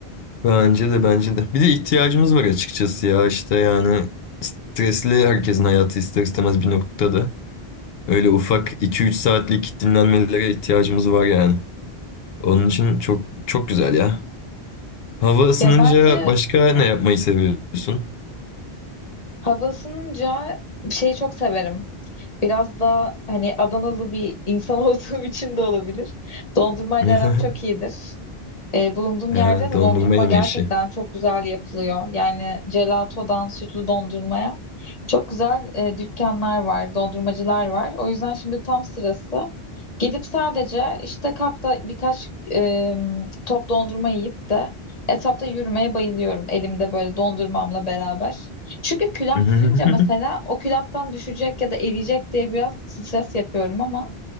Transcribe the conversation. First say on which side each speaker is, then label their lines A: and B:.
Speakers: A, on the left; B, on the left.
A: Bence de bence de. Bir de ihtiyacımız var açıkçası ya işte yani stresli herkesin hayatı ister istemez bir noktada. Öyle ufak iki üç saatlik dinlenmelere ihtiyacımız var yani. Onun için çok çok güzel ya. Hava ısınınca
B: Ya bence
A: başka ne yapmayı seviyorsun?
B: hava ısınınca şeyi çok severim. Biraz da hani Adanalı bir insan <laughs> olduğum için de olabilir. Dondurmayla
A: <laughs>
B: aram çok iyidir. E, bulunduğum
A: He,
B: yerde de
A: dondurma
B: dondurma
A: yeme
B: gerçekten
A: işi.
B: çok güzel yapılıyor. Yani gelatodan sütlü dondurmaya çok güzel e, dükkanlar var, dondurmacılar var. O yüzden şimdi tam sırası. Gidip sadece işte kapta birkaç e, top dondurma yiyip de etrafta yürümeye bayılıyorum elimde böyle dondurmamla beraber. Çünkü külah
A: <laughs>
B: yiyince mesela o külahtan düşecek ya da eriyecek diye biraz stres yapıyorum ama